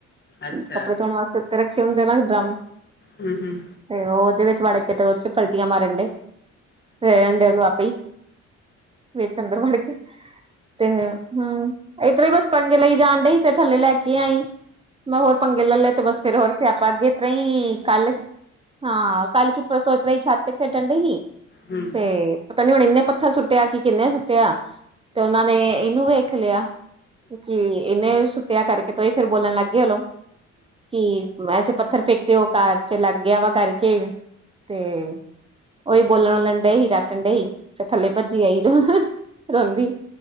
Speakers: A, on the left; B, on the right.
A: ਅੱਛਾ
B: ਕੱਪੜੇ ਧੋਣ ਵਾਸਤੇ ਉਤੇ ਰਖੇ ਹੁੰਦੇ ਨਾ ਡਰਮ
A: ਹੂੰ -ਹੂੰ
B: ਫੇਰ ਉਹਦੇ ਵਿਚ ਵੜ ਕੇ ਤੇ ਓਚ ਪਲਟੀਆਂ ਮਾਰਨ ਦੇ ਰਹਿਣ ਦ ਨੂੰ ਆਪੇ ਵਿਚ ਅੰਦਰ ਵੜ ਕੇ ਤੇ ਹੂੰ ਏਤਰਾਈ ਹੀ ਬਸ ਪੰਗੇ ਲਈ ਜਾਣ ਦਈ ਫੇਰ ਥੱਲੇ ਲੈ ਕੇ ਆਈਂ। ਮੈ ਹੋਰ ਪੰਗੇ ਲੈ ਲੈ ਤੇ ਬਸ ਫੇਰ ਹੋਰ- ਸੇਆਪਾ ਅਗੇ ਏਤਰਾਈਂ ਈ ਕੱਲ ਹਾਂ, ਕੱਲ ਕੇ ਪਰਸੋਂ ਏਤਰਾ ਈ ਛੱਤ ਖੇਡਣ ਦ‌ਈ
A: ਹੂੰ
B: ਤੇ ਪਤਾ ਨੀ ਹੁਣ ਇਨੇ ਪੱਥਰ ਸੁੱਟਿਆ ਕੇ ਕਿੰਨੇ ਸੁੱਟਿਆ ਤੇ ਉਹਨਾਂ ਨੇ ਇਹਨੂੰ ਵੇਖ ਲਿਆ ਕਿ ਇਹਨੇ ਸੁੱਟਿਆ ਕਰਕੇ ਤੋਂ ਹੀ ਫੇਿਰ ਬੋਲਣ ਲੱਗ ਗਏ ਉਹਨੂੰ ਕਿ ਵੈਸੇ ਪੱਥਰ ਫੇਕ ਤੇ ਉਹ ਕਾਰ ਚ ਲੱਗ ਗਿਆ ਵਾ ਕਰਕੇ ਤੇ ਉਹੀ ਬੋਲਣ ਵਲਣ ਡਏ ਸੀ ਡੱਟਣ ਡੇ ਸੀ ਫਿਰ ਥੱਲੇ ਭੱਜੀ ਆਈ ਰੋਂਦੀ